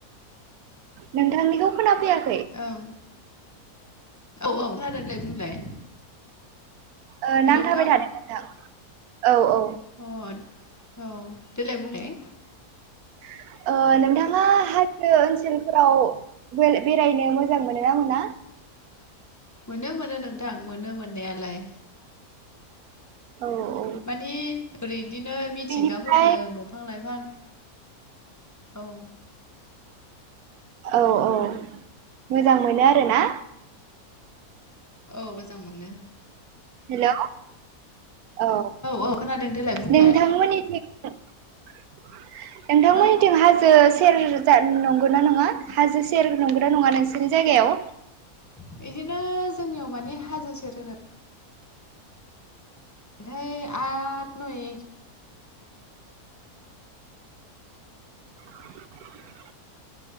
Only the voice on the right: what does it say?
नोंथांनिखौ खोनाफैयाखै।
ओ
नांथाबाय
थादों नोंथां औ औ
<inaudible> नोंथाङा हाजो ओनसोलफोराव बेरायनो मोजां मोनो ना मोना?
औ औ
बेनिफ्राय
औ औ मोजां मोनो आरोना
हेल' औ
नोंथांमोननि नोंथांमोननिथिं
हाजो सेर नंगौ ना नङा नङा हाजो सेर नंगौ ना नङा नोंसोरनि जायगायाव?
<unintelligible>